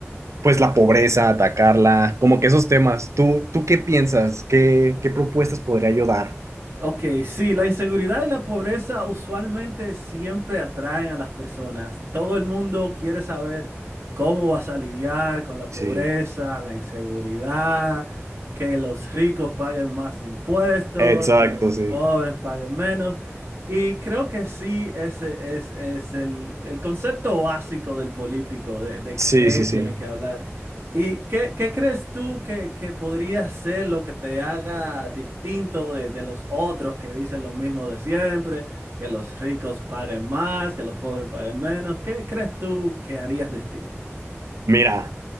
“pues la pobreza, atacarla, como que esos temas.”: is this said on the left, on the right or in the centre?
Right